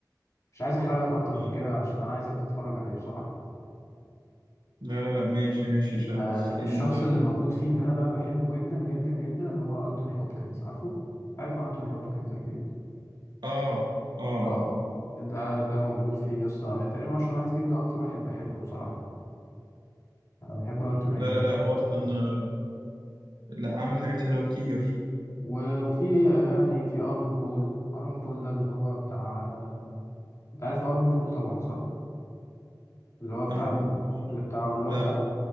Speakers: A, on the left; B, on the right.
A: مش عايز أحرق لك أكتر من
B: آه
A: كده عشان أنا عايزك تتفرج عليه بصراحة
B: لا لا لا ماشي ماشي مش
A: ال-
B: حسستني
A: الشخص
B: إنه لا
A: اللي موجود فيه اللي أنا بقى بحبه جدا جدا جدا اللي هو أنتوني هوبكنز عارفه؟ عارف أنتوني هوبكنز أكيد
B: اه اه اه
A: اه
B: آه.
A: ده ده موجود فيه يا اسطى تقريبا اشهر واحد فيه وده اكتر واحد بحبه بصراحه أنا بحب انتوني
B: لا لا لا هو
A: هوكنز
B: اصلا آه، لا عامل حاجات حلوه كتير
A: و- وفي آه، يعني في ارون بول ارون بول ده اللي هو بتاع انت عارف ارون بول طبعا صح اللي هو بتاع
B: ايرون بوم
A: اللي بتاع اللي
B: لا
A: هو بتاع اللي